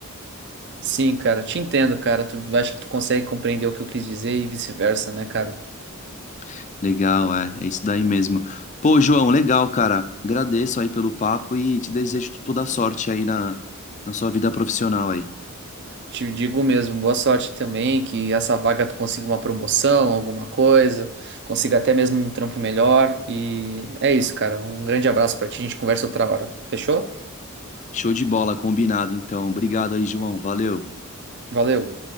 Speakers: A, on the right (about 50°); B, on the left (about 35°).
A: Sim, cara, te entendo, cara. Tu acho que tu consegue compreender o que eu quis dizer e vice-versa, né, cara?
B: <laughs> Legal, é, é isso daí mesmo. Pô, João, legal, cara. Agradeço aí pelo papo e te desejo toda a sorte aí na, na sua vida profissional aí.
A: Te digo mesmo, boa sorte também, que essa vaga tu consiga uma promoção, alguma coisa, consiga até mesmo um trampo melhor. E é isso, cara. Um grande abraço pra ti, a gente conversa outra hora. Fechou?
B: Show de bola, combinado, então. Obrigado aí, João. Valeu.
A: Valeu.